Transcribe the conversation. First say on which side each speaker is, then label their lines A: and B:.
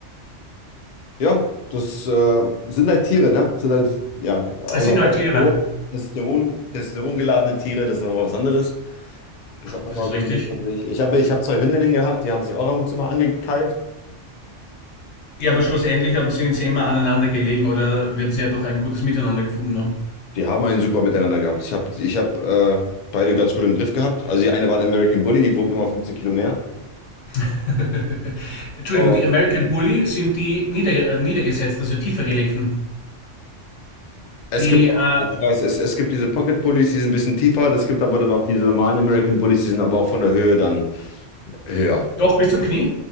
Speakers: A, on the left; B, on the left.
A: Ja, das äh, sind halt Tiere, ne? Sind halt, ja, auch
B: Es
A: noch
B: sind halt
A: Testosteron,
B: Tiere.
A: Testosteron, testosterongeladene Tiere, das ist nochmal was anderes. Das ist auch nochmal
B: Das ist richtig.
A: so ein Ding für natürlich. Ich habe, ich habe zwei Hündinnen gehabt, die haben sich auch ab und zu mal angekeift.
B: Ja, aber schlussendlich haben sie sie immer aneinander gelegen oder wird sie ja doch ein gutes Miteinander gefunden haben.
A: Die haben einen super miteinander gehabt. Ich habe, ich habe äh, beide ganz gut im Griff gehabt. Also die eine war ein American Bully, die wog nochmal 15 Kilo mehr.
B: <laughs> Entschuldigung,
A: Oh,
B: die American Bully sind die nieder, äh, niedergesetzt, also tiefer gelegten.
A: es
B: Die
A: gibt,
B: äh,
A: ich weiß, es, es gibt diese Pocket Bullies, die sind ein bisschen tiefer. Es gibt aber dann auch diese normalen American Bullies, die sind aber auch von der Höhe dann höher.
B: doch bis zum Knie?